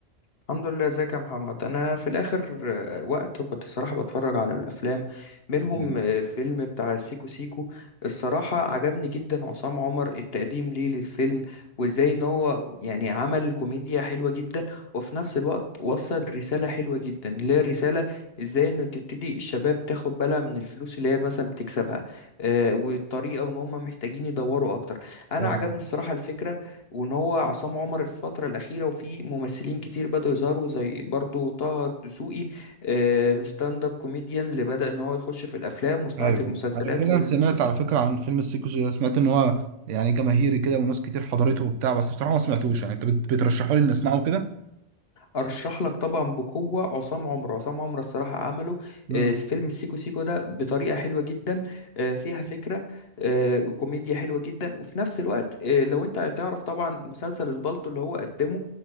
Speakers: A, on the left (about 60°); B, on the right (about 85°).
A: الحمد لله ازيك يا محمد انا في الاخر آه، وقت كنت الصراحه بتفرج على الافلام منهم
B: ايوه
A: آه، فيلم بتاع سيكو سيكو الصراحه عجبني جدا عصام عمر التقديم ليه للفيلم وازاي ان هو يعني عمل كوميديا حلوه جدا وفي نفس الوقت وصل رساله حلوه جدا اللي هي الرساله ازاي انه تبتدي الشباب تاخد بالها من الفلوس اللي هي مثلا بتكسبها آه، والطريقه ان هم محتاجين يدوروا اكتر انا
B: ايوه
A: عجبني الصراحه الفكره وان هو عصام عمر الفتره الاخيره وفي ممثلين كتير بدأوا يظهروا زي برضو طه دسوقي آه، من ستاند اب كوميديان اللي بدأ ان هو يخش في الافلام وصناعه
B: ايوه.
A: المسلسلات
B: انا فعلا
A: والمس...
B: سمعت على فكره عن فيلم السيكو سيكو ده سمعت ان هو يعني جماهيري كده وناس كتير حضرته وبتاع بس بصراحه ما سمعتوش يعني انت بت- بترشحوا لي اني اسمعه كده
A: ارشح لك طبعا بقوه عصام عمر عصام عمر الصراحه عمله
B: امم
A: آه، فيلم السيكو سيكو ده بطريقه حلوه جدا آه، فيها فكره آه، وكوميديا حلوه جدا وفي نفس الوقت آه، لو انت هتعرف طبعا مسلسل البلطو اللي هو قدمه